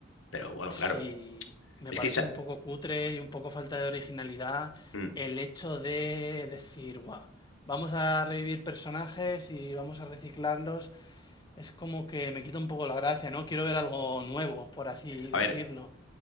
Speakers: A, on the left; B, on the left.
A: pero bueno,
B: Sí,
A: claro,
B: me
A: es
B: parece
A: que esa-
B: un poco cutre y un poco falta de originalidad
A: ¿Mm?
B: el hecho de decir, "Buah, vamos a revivir personajes y vamos a reciclarlos. Es como que me quita un poco la gracia, ¿no? Quiero ver algo nuevo, por así
A: A
B: decirlo.
A: ver,